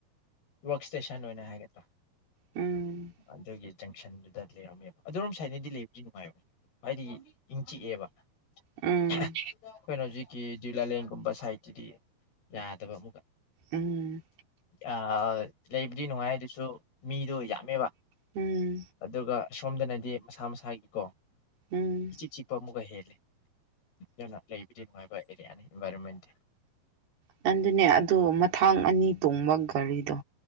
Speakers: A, on the left; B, on the right.
A: ꯋꯛ ꯏꯁꯇꯦꯁꯟ ꯑꯣꯏꯅ ꯍꯥꯏꯒꯗ꯭ꯔ
B: ꯎꯝ
A: ꯑꯗꯨꯗꯒꯤ ꯖꯪꯁꯟꯗꯨꯗ ꯂꯩꯔꯝꯃꯦꯕ ꯑꯗꯨꯔꯣꯝ ꯁꯥꯏꯠꯅꯗꯤ ꯂꯩꯕꯨꯗꯤ ꯅꯨꯡꯉꯥꯏꯕꯅꯦ ꯍꯥꯏꯗꯤ ꯏꯪ ꯆꯤꯛꯑꯦꯕ
B: ꯎꯝ
A: ꯑꯩꯈꯣꯏꯅ ꯍꯧꯖꯤꯛꯀꯤ ꯗꯨꯂꯥꯂꯦꯟꯒꯨꯝꯕ ꯁꯥꯏꯠꯇꯨꯗꯤ ꯌꯥꯗꯕ ꯑꯃꯨꯛꯀ
B: ꯎꯝ
A: ꯑꯥ ꯂꯩꯕꯗꯤ ꯅꯨꯡꯉꯥꯏ ꯑꯗꯨꯁꯨ ꯃꯤꯗꯣ ꯌꯥꯝ ꯃꯦꯕ
B: ꯎꯝ
A: ꯑꯗꯨꯒ ꯑꯁꯣꯝꯗꯅꯗꯤ ꯃꯁꯥ ꯃꯁꯥꯒꯤꯀꯣ
B: ꯎꯝ
A: ꯏꯆꯤꯛ ꯆꯤꯛꯄ ꯑꯃꯨꯛꯀ ꯍꯦꯜꯂꯦ ꯑꯗꯨꯅ ꯂꯩꯕꯗꯤ ꯅꯨꯡꯉꯥꯏꯕ ꯑꯦꯔꯤꯌꯥꯅꯤ ꯏꯟꯚꯥꯏꯔꯣꯟꯃꯦꯟꯇꯤ
B: ꯅꯪꯗꯨꯅꯦ ꯑꯗꯨ ꯃꯊꯥꯡ ꯑꯅꯤ ꯇꯣꯡꯕ ꯒꯥꯔꯤꯗꯣ